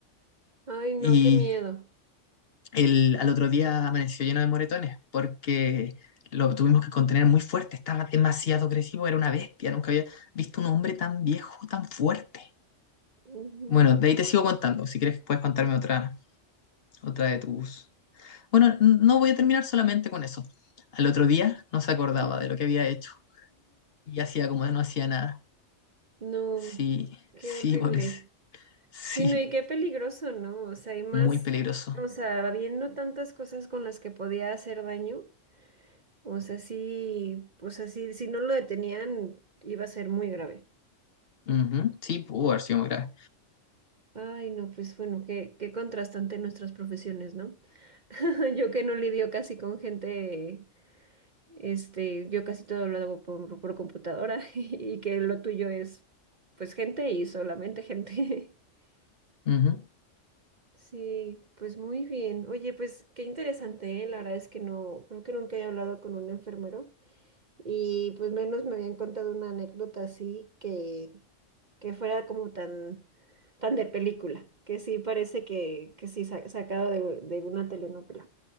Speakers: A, on the right (about 45°); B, on the left (about 55°).
A: Ay, no,
B: Y
A: qué miedo.
B: el, al otro día amaneció lleno de moretones porque lo tuvimos que contener muy fuerte, estaba demasiado agresivo, era una bestia, nunca había visto un hombre tan viejo, tan fuerte.
A: Wow.
B: Bueno, de ahí te sigo contando. Si quieres, puedes contarme otra, otra de tus... Bueno, n- no voy a terminar solamente con eso. Al otro día no se acordaba
A: <laughs>
B: de lo que había hecho y hacía como no hacía nada.
A: No,
B: Sí,
A: qué
B: sí,
A: horrible.
B: Boris. Sí,
A: Sí, no, y qué peligroso, ¿no? O sea, hay más,
B: muy peligroso.
A: o sea, habiendo tantas cosas con las que podía hacer daño. O sea, sí, o sea, sí, si no lo detenían, iba a ser muy grave.
B: Ujú, Sí, pudo haber sido muy grave.
A: Ay, no, pues bueno, qué, qué contrastante nuestras profesiones, ¿no? <laughs> Yo que no lidio casi con gente, este, yo casi todo lo hago por, por computadora <laughs> y que lo tuyo es, pues, gente y solamente gente. <laughs>
B: Ujú,
A: Sí, pues muy bien. Oye, pues qué interesante, ¿eh? La verdad es que no, creo que nunca he hablado con un enfermero. Y pues menos me habían contado una anécdota así que, que fuera como tan, tan de película, que sí parece que, que sí sa- sacado de, de una telenovela.